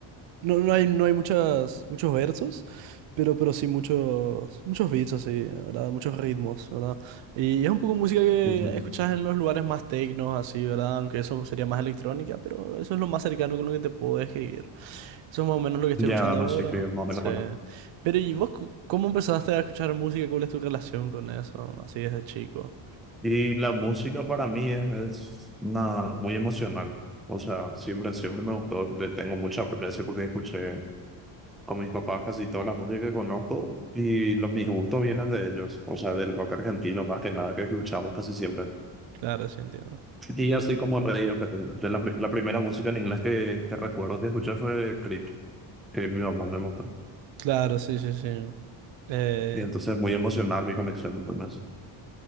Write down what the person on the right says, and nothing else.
No, no hay, no hay muchas, muchos versos, pero, pero sí muchos, muchos beats así, ¿verdad? Muchos ritmos, ¿verdad? Y es un poco música que
escuchas en los lugares más tecnos, así, ¿verdad? Aunque eso sería más electrónica, pero eso es lo más cercano con lo que te puedo describir. Eso es más o menos lo que estoy
escuchando
ahora.
Sí. Pero ¿y vos cu- cómo empezaste a escuchar música? ¿Cuál es tu relación con eso? Así desde chico.
Claro, sí entiendo.
Claro, sí, sí, sí. Eh,